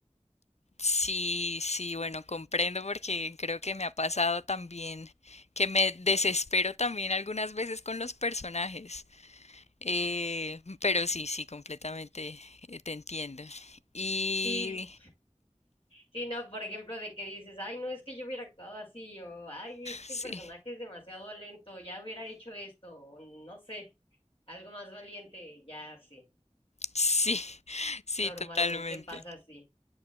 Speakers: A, on the left; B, on the left.
A: sí, sí, bueno, comprendo porque creo que me ha pasado también que me desespero también algunas veces con los personajes. Eh, pero sí, sí, completamente eh, te entiendo. Y
B: Sí, sí, no, por ejemplo, de que dices, ay, no, es que yo hubiera actuado así, o ay, este
A: sí,
B: personaje es demasiado lento, ya hubiera hecho esto, o no sé, algo más valiente, ya sí,
A: sí, <laughs> sí,
B: normalmente
A: totalmente,
B: pasa así.